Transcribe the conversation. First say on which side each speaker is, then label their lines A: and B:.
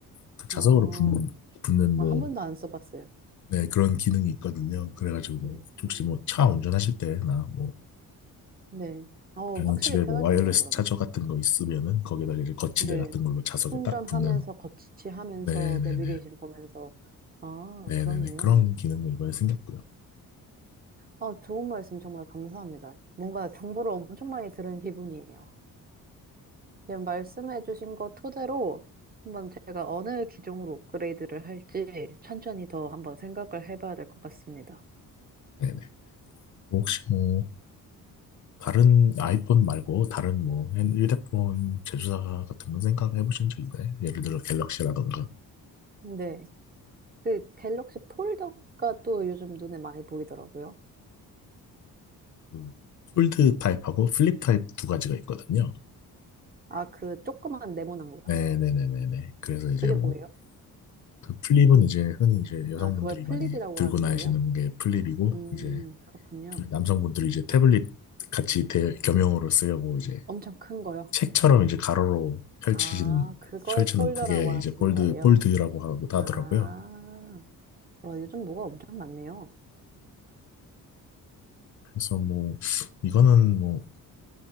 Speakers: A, on the left; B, on the right.
A: 그 자석으로
B: 어,
A: 붙는, 붙는
B: 아,
A: 뭐,
B: 한 번도 안 써봤어요.
A: 네, 그런 기능이 있거든요. 그래가지고 뭐
B: 음,
A: 혹시 뭐 차 운전하실 때나 뭐
B: 네. 어,
A: 그냥
B: 확실히
A: 집에
B: 편하겠네요,
A: 뭐 와이어리스
B: 그러면.
A: 차저 같은 거 있으면은 거기다가 이제 거치대
B: 네.
A: 같은 걸로 자석에
B: 충전하면서
A: 딱 붙는
B: 거치하면서
A: 네네네
B: 내비게이션 보면서 아,
A: 네네네
B: 그렇네요.
A: 그런 기능도 이번에 생겼고요.
B: 아, 좋은 말씀 정말 감사합니다. 뭔가 정보를 엄청 많이 들은 기분이에요. 지금 말씀해주신 거 토대로 한번 제가 어느 기종으로 업그레이드를 할지 천천히 더 한번 생각을 해봐야 될 것 같습니다.
A: 네네 혹시 뭐 다른 아이폰 말고 다른 뭐 핸- 휴대폰 제조사 같은 거 생각해 보신 적 있나요? 예를 들어 갤럭시라던가
B: 네. 그 갤럭시 폴더가 또 요즘 눈에 많이 보이더라고요.
A: 그 폴드 타입하고 플립 타입 두 가지가 있거든요.
B: 아, 그 조그만 네모난 거요.
A: 네네네네네. 그래서 이제
B: 그게
A: 뭐,
B: 뭐예요?
A: 그 플립은 이제 흔히 이제 여성분들이
B: 아, 그걸 플립이라고
A: 많이 들고
B: 하는
A: 다니시는
B: 거예요?
A: 게 플립이고,
B: 음,
A: 이제
B: 그렇군요.
A: 그 남성분들이 이제 태블릿 같이 대, 겸용으로 쓰려고 이제
B: 엄청 큰 거요.
A: 책처럼 이제 가로로 펼치신,
B: 아, 그걸
A: 펼치는
B: 폴더라고
A: 그게
B: 하시는
A: 이제 폴드,
B: 거예요.
A: 폴드라고 하고 하더라고요.
B: 아, 와, 요즘 뭐가 엄청 많네요.
A: 그래서 뭐, 이거는 뭐,